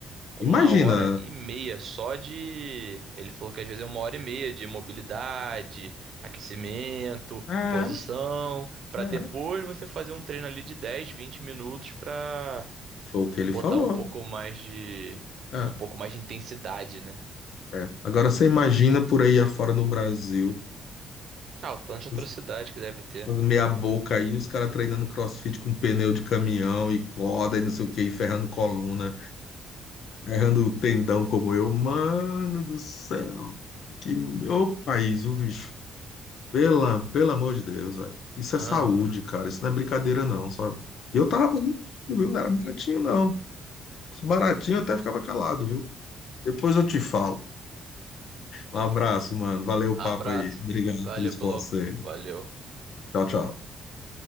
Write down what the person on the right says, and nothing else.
uma
hora e meia só de. Ele falou que às vezes é uma hora e meia de mobilidade, aquecimento,
posição, pra
depois você fazer um treino ali de 10 20 minutos pra
botar
um pouco mais de.
um pouco mais de intensidade, né?
Ah, o tanto de atrocidade
que deve ter,
né?
Aham.
Abraço.
Valeu
pelo.
apo- Valeu.